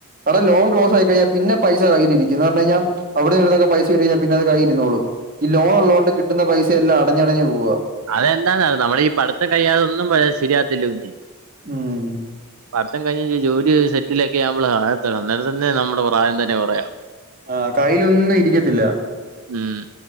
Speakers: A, on the right; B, on the right.
A: എട ലോൺക്ലോസ് ആയി കഴിഞ്ഞാ പിന്നെ പൈസ് ജായിട്ടിരിക്കുംന്ന് പറഞ്ഞ് കിഞ്ഞാ അവിന്ന് ഇവട്ന്നു പൈസ കിട്ടി കഴിഞ്ഞ പിന്ന അത് കൈര്ന്നോളും ഈ ലോണേ ഒള്ളോണ്ട് കി കിട്ടുന്ന പൈസെ എല്ലാ അടഞ്ഞടഞ്ഞു പോവ
B: അതെന്താന്നറി നമ്മളീ പഠിത്തം കഴിയാതൊന്നും പയ ശരിയാകത്തില്ല കുഞ്ഞേ
A: ഉം
B: പട്ത്തം കഴിഞ്ഞഞ് ജോലി സെറ്റ് ലെക്കെ ആഉമ്പള <unintelligible> അന്നേരം തന്നെ നമ്മടെ പ്രായം തന്നെ പറയ
A: ആഹ് കയ്യിലൊന്നും ഇരിക്കത്തില്ല
B: ഉം